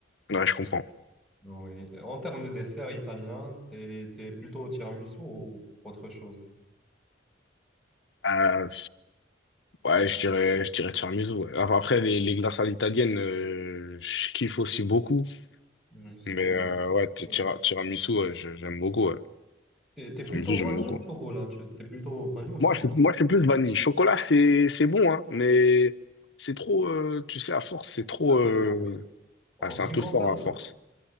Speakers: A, on the left; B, in the centre.
A: Ouais, je comprends.
B: Oui. En termes de dessert italien, t'es, t'es plutôt tiramisu ou autre chose?
A: Euh, ouais, je dirais, je dirais tiramisu. ouais. Après, après, les, les glaces à l'italienne, euh, je kiffe aussi beaucoup.
B: Oui, c'est
A: Mais
B: cool.
A: euh,
B: oui.
A: ouais, ti-
B: Très
A: tira-
B: bien.
A: tiramisu, ouais, je- j'aime beaucoup. Ouais.
B: T'es, t'es
A: Tiramisu,
B: plutôt
A: j'aime
B: vanille
A: beaucoup.
B: ou chocolat? Tu- T'es plutôt vanille ou chocolat?
A: Moi, je, moi, je suis plus vanille. Chocolat, c'est, c'est bon, hein, mais c'est trop, euh, tu sais, à force, c'est trop,
B: Un
A: euh,
B: peu fort, oui. En
A: ah, c'est
B: ce
A: un
B: qui
A: peu
B: me concerne,
A: fort à force.